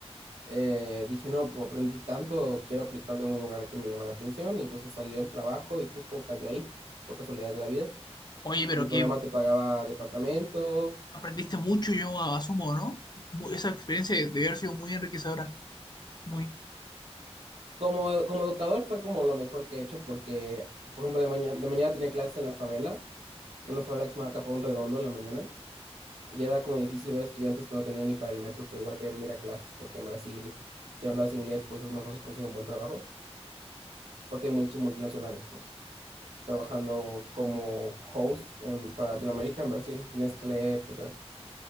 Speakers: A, on the right; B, on the left.
A: eh, dije, no, pues aprendí tanto, quiero aplicarlo en un lugar que me llama la atención y entonces salió el trabajo y justo cayó ahí, por casualidad de la vida.
B: Oye, pero
A: El programa
B: que
A: te pagaba departamento,
B: aprendiste mucho, yo asumo, ¿no? Mu- esa experiencia debió haber sido muy enriquecedora. Muy.
A: Como, como educador fue como lo mejor que he hecho porque, por ejemplo, de mañana, de mañana tenía clases en la favela, en una favela que se llama Capón Redondo en la mañana, y era como difícil ver estudiantes que no tenían ni para el metro, pero igual querían venir a clases porque en Brasil, si hablas inglés, pues es más fácil conseguir un buen trabajo, porque hay muchos multinacionales, pues, trabajando como host en- para Latinoamérica, en Brasil, Nestlé, etcétera.